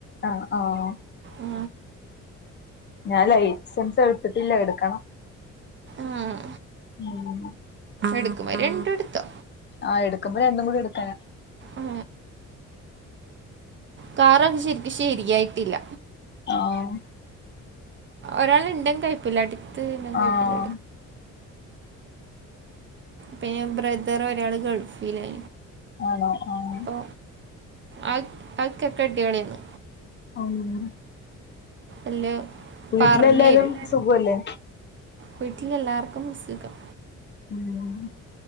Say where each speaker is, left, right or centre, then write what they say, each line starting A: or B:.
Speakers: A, on the left; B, on the right.
A: അ ആഹ്
B: ആ
A: ഞാൻ ലൈസൻസ് എട്ത്തിട്ടില്ല എട്ക്കണം.
B: ആഹ്
A: ആഹ്
B: എടുക്കുമ്പം രണ്ടുംഎടുത്തോ
A: ആ എട്ക്കുമ്പോ രണ്ടും കൂടി എട്ക്കാനാ.
B: ആ കാറൊക്കെ ശരിക്ക് ശരിയായിട്ടില്ല.
A: ആഹ്
B: ഒരാൾ ഇണ്ടെകൊഴപ്പില്ല അടുത്ത് ണ്ടെ
A: ആഹ്
B: കൊഴപ്പില്ല പിന്നെ ബ്രദർ ഒരാള് ഗൾഫിലേ
A: ആണോ ആഹ്
B: ആ ആവൊക്ക് അവൊക്കെകെട്ടിയവളെയാന്ന്
A: അം
B: എല്ലോം
A: വീട്ടിലെല്ലാരും
B: പർഞ്ഞേരും.
A: സുഖല്ലേ
B: വീട്ട്ൽ എല്ലാർക്കും സുഖം.
A: ഉം